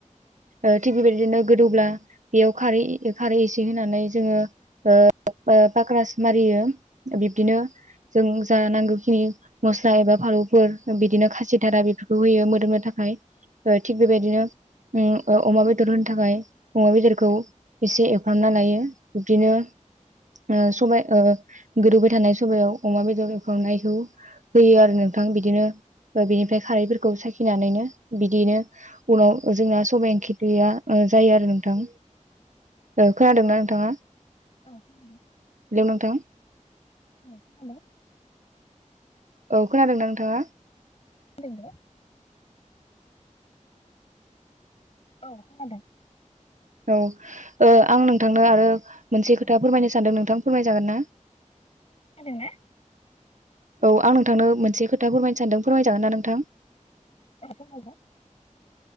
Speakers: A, on the right; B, on the left.
A: ओ थिग बेबायदिनो गोदौब्ला बेयाव खारै खारै एसे होनानै जोङो ओ ओ पाक्रास मारियो बिब्दिनो जों जा नांगौखिनि मस्ला एबा फालौफोर बिदिनो खासिथारा बेफोरखौ होयो मोदोमनो थाखाय ओ थिग बेबायदिनो उ ओ अमा बे बेदर होनो थाखाय अमा बेदरखौ इसे एवफ्रामना लायो बिबदिनो ओ सबाय ओ गोदौबाय थानाय सबायाव अमा बेदर एवखांनायखौ होयो आरो नोंथां बिदिनो बिनिफ्राय खारैफोरखौ साखिनानैनो बिदिनो उनाव जोंना सबायाइ इंख्रिया जायो आरो नोंथां। ओ खोनादोंना नोंथाङा?
B: औ खोनादों
A: हेलौ नोंथां। <inaudible>
B: औ खोनादों।
A: औ खोनादोंना नोंथाङा?
B: <unintelligible> औ खोनादों।
A: औ ओ आं नोंथांनो आरो मोनसे
B: औ खोनादोंना औ खोनादों
A: खोथा फोरमायनो सानदों। नों थां फोरमाय जागोन ना?
B: खोनादोंना?
A: औ आं नोंथांनो मोनसे खोथा फोरमायनो सानदों फोरमायजागोन ना नोंथां।
B: <unintelligible>